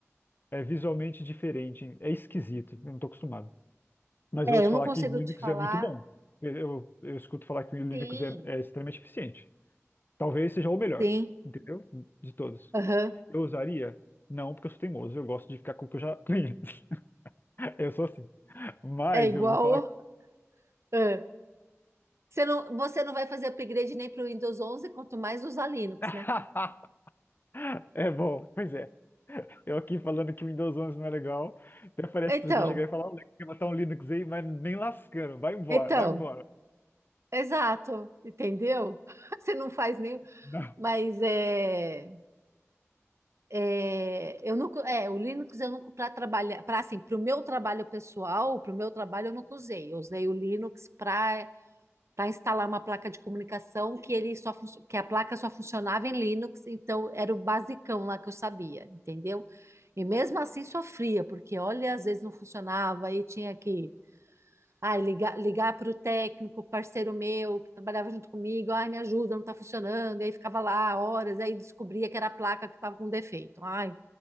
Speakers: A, on the left (about 40°); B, on the right (about 65°).
A: é visualmente diferente. É esquisito, eu não tô acostumado. Mas
B: É,
A: eu ouço
B: eu não
A: falar
B: consigo
A: que Linux
B: te falar.
A: é muito bom. Eu, eu, eu escuto falar que Linux
B: Sim,
A: é, é extremamente eficiente. Talvez seja o melhor,
B: sim.
A: entendeu? De todos.
B: Aham.
A: Eu usaria? Não, porque eu sou teimoso. Eu gosto de ficar com o que eu já conheço. <laughs> Eu sou assim. Mas
B: É igual.
A: eu vou falar.
B: é. Você não, você não vai fazer upgrade nem para o Windows 11, quanto mais usar Linux,
A: <laughs>
B: né?
A: É bom, pois é. Eu aqui falando que o Windows 11 não é legal. Até parece
B: Então,
A: que alguém chegar e falar: Olha, quer matar um Linux aí, mas nem lascando. Vai embora,
B: então,
A: vai embora.
B: exato, entendeu? <laughs> Você não faz nem,
A: Não.
B: mas é, é, eu nunca, é, o Linux eu nunca para trabalhar, para assim, para o meu trabalho pessoal, para o meu trabalho eu nunca usei. Eu usei o Linux para para instalar uma placa de comunicação que ele só funcio- que a placa só funcionava em Linux, então era o basicão lá que eu sabia, entendeu? E mesmo assim sofria, porque olha, às vezes não funcionava e tinha que ai, ligar, ligar para o técnico, parceiro meu, que trabalhava junto comigo, ai, me ajuda, não está funcionando, e aí ficava lá horas, aí descobria que era a placa que estava com defeito. Ai,